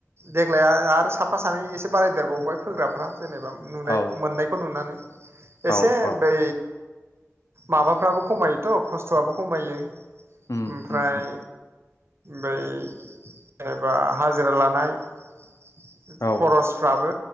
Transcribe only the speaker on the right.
देग्लाया आरो साफा सानै एसे बारायदेरबावबाय फोग्राफ्रा जेनेबा नुनाय
मोननायखौ नुनानै एसे
बै माबाफ्राबो खमायोथ' खस्थ'आबो खमायो
ओमफ्राय
बै जेनेबा हाजिरा लानाय <inaudible>
खरसफ्राबो